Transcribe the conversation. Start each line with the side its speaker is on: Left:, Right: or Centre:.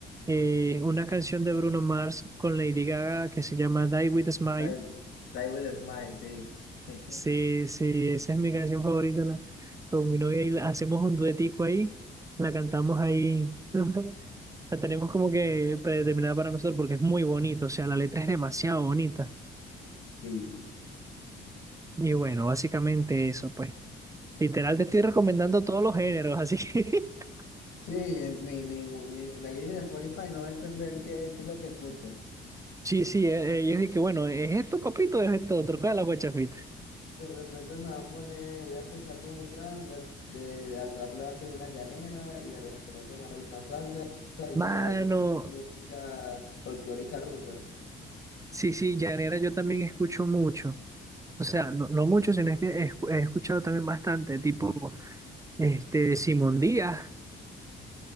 Right: eh, una canción de Bruno Mars con Lady Gaga que se llama Die With a Smile.
Left: Die, Die with a Smile, sí. <laughs>
Right: Sí, sí, esa es mi canción favorita la- con mi novia y la- hacemos un duetico ahí, la cantamos ahí, <laughs> la tenemos como que predeterminada para nosotros porque es muy bonito, o sea, la letra es demasiado bonita.
Left: Sí.
Right: Y bueno, básicamente eso, pues. Literal, te estoy recomendando todos los géneros, así que... <laughs>
Left: Sí, en mi, mi, mi playlist de Spotify no va a entender qué, qué es lo que escucho.
Right: Sí, sí, eh, eh, yo dije que bueno, es esto, papito, es esto, otro, ¿cuál es la guachafita?
Left: De repente me va a poner, voy a empezar con un trap, voy a- de, al trap le va a hacer una llanera y de repente me va a salir una salsa y
Right: Mano.
Left: voy a escuchar música folclórica rusa.
Right: Sí, sí, llanera yo también escucho mucho. O sea, no, no mucho, sino es que he, escu- he escuchado también bastante, tipo este Simón Díaz,